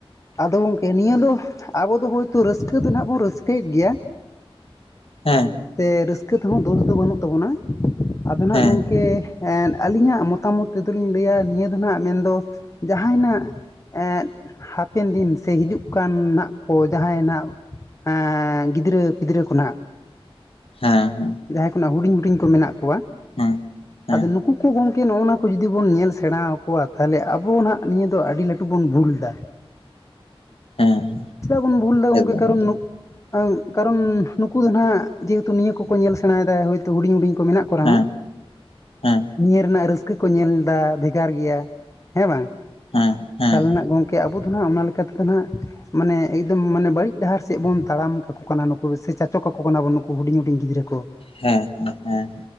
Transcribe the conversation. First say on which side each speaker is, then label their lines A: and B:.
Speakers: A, on the left; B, on the left.
A: ᱟᱫᱚ ᱜᱚᱝᱠᱮ ᱱᱤᱭᱟᱹ ᱫᱚ ᱟᱵᱚ ᱫᱚ ᱦᱳᱭᱛᱳ ᱨᱟᱹᱥᱠᱟᱹ ᱫᱚ ᱱᱟᱦᱟᱸᱜ ᱵᱚ ᱨᱟᱹᱥᱠᱟᱹᱭ ᱮᱫ ᱜᱮᱭᱟ
B: ᱦᱮᱸ᱾
A: ᱥᱮ ᱨᱟᱹᱥᱠᱟᱹ ᱛᱮᱦᱚᱸ ᱫᱳᱥ ᱫᱚ ᱵᱟᱹᱱᱩᱜ ᱛᱟᱵᱚᱱᱟ, ᱟᱫᱚ ᱦᱟᱸᱜ
B: ᱦᱮᱸ
A: ᱜᱚᱝᱠᱮ ᱮᱫ ᱟᱹᱞᱤᱧᱟᱜ ᱢᱚᱛᱟ ᱢᱚᱛ ᱛᱮ ᱫᱚ ᱞᱤᱧ ᱞᱟᱹᱭᱟ ᱱᱤᱭᱟᱹ ᱫᱚ ᱦᱟᱸᱜ ᱢᱮᱱᱫᱚ ᱡᱟᱦᱟᱭᱱᱟᱜ ᱮᱫ ᱦᱟᱯᱮᱱ ᱫᱤᱱ ᱥᱮ ᱦᱤᱡᱩᱜ ᱠᱟᱱ ᱦᱟᱸᱜ ᱠᱚ ᱡᱟᱦᱟᱸᱭ ᱱᱟᱜ ᱮ ᱜᱤᱫᱽᱨᱟᱹ ᱯᱤᱫᱽᱨᱟᱹ ᱠᱚᱱᱟᱜ
B: ᱦᱮᱸ ᱦᱮᱸ᱾
A: ᱡᱟᱦᱟᱸᱭ ᱠᱚᱱᱟᱜ ᱦᱩᱰᱤᱧ ᱦᱩᱰᱤᱧ ᱠᱚ ᱢᱮᱱᱟᱜ ᱠᱚᱣᱟ
B: ᱦᱮᱸ ᱦᱮᱸ
A: ᱟᱫᱚ ᱱᱩ ᱩᱱᱠᱩ ᱜᱚᱢᱠᱮ ᱱᱚᱜᱼᱱᱟ ᱠᱚ ᱡᱩᱫᱤ ᱵᱚᱱ ᱧᱮᱞ ᱥᱮᱸᱲᱟ ᱟᱠᱚᱣᱟ ᱛᱟᱦᱚᱞᱮ, ᱟᱵᱚ ᱱᱟᱦᱟᱜ ᱱᱤᱭᱟᱹ ᱫᱚ ᱟᱹᱰᱤ ᱞᱟᱹᱴᱩ ᱵᱚᱱ ᱵᱷᱩᱞ ᱫᱟ᱾
B: ᱦᱮᱸ
A: ᱪᱮᱫᱟᱜ ᱵᱚᱱ ᱵᱷᱩᱞ ᱫᱟ
B: ᱮᱠᱫᱚᱢ
A: ᱜᱚᱢᱠᱮ ᱠᱟᱨᱚᱱ
B: ᱮᱠᱫᱚᱢ
A: ᱮ ᱠᱟᱨᱚᱱ ᱱᱩᱠᱩ ᱫᱚ ᱱᱟᱦᱟᱜ ᱡᱮᱦᱮᱛᱩ ᱱᱤᱭᱟᱹ ᱠᱚᱠᱚ ᱧᱮᱞ ᱥᱮᱸᱲᱟᱭ ᱮᱫᱟ, ᱦᱭᱛᱳ ᱦᱩᱰᱤᱧ ᱦᱩᱰᱤᱧ ᱠᱚ ᱢᱮᱱᱟᱜ ᱠᱚ ᱠᱚᱨᱮ
B: ᱦᱮᱸ
A: ᱦᱚᱸ
B: ᱦᱮᱸ
A: ᱱᱤᱭᱟᱹ ᱨᱮᱱᱟᱜ ᱨᱟᱹᱥᱠᱟᱹ ᱠᱚ ᱧᱮᱞ ᱮᱫᱟ ᱵᱷᱮᱜᱟᱨ ᱜᱮᱭᱟ ᱦᱮᱸ ᱵᱟᱝ᱾
B: ᱦᱮᱸ ᱦᱮᱸ
A: ᱛᱟᱞᱦᱮ ᱱᱟᱜ ᱜᱚᱝᱠᱮ ᱟᱵᱚ ᱫᱚ ᱱᱟᱜ ᱚᱱᱟ ᱞᱮᱠᱟ ᱛᱮ ᱫᱚ ᱱᱟᱜ ᱢᱟᱱᱮ ᱮᱠᱫᱚᱢ ᱢᱟᱱᱮ ᱵᱟᱹᱲᱤᱡ ᱰᱟᱦᱟᱨ ᱥᱮᱫ ᱵᱚᱱ ᱛᱟᱲᱟᱢ ᱠᱟᱠᱚ ᱠᱟᱱᱟ ᱱᱩᱠᱩ, ᱥᱮ ᱪᱟᱪᱚ ᱠᱟᱠᱚ ᱠᱟᱱᱟᱵᱚᱱ ᱱᱩᱠᱩ ᱦᱩᱰᱤᱧ ᱦᱩᱰᱤᱧ ᱜᱤᱫᱽᱨᱟᱹ ᱠᱚ᱾ ᱠᱚ
B: ᱦᱮᱸ ᱦᱮᱸ ᱦᱮᱸ